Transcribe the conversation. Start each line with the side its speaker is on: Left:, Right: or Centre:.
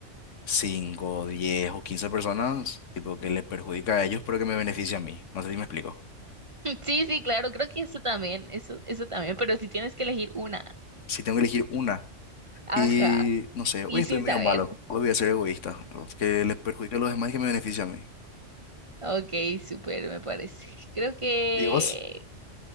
Left: 5, 10 o 15 personas, tipo que le perjudica a ellos, pero que me beneficie a mí. No sé si me explico.
Right: Sí, sí, claro, creo que eso también, eso, eso también, pero si tienes que elegir una,
Left: Si tengo que elegir una,
Right: ajá,
Left: Y no sé,
Right: y
Left: hoy estoy
Right: sin
Left: medio
Right: saber.
Left: malo, hoy voy a ser egoísta, que le perjudica a los demás y que me beneficia a mí.
Right: Ok, súper, me parece. <laughs> Creo que
Left: ¿Y vos?